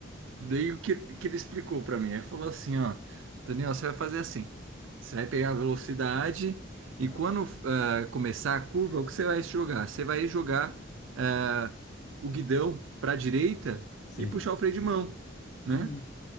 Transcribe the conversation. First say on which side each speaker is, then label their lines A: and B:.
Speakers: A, on the right; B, on the left.
A: Daí o que, que ele explicou para mim? Ele falou assim, ó, Daniel, você vai fazer assim. Você vai pegar a velocidade e
B: Ah,
A: quando ah, começar a curva, o que você vai jogar? Você vai jogar ah, o guidão para a direita
B: sim.
A: e puxar o freio de mão, né?
B: Hum,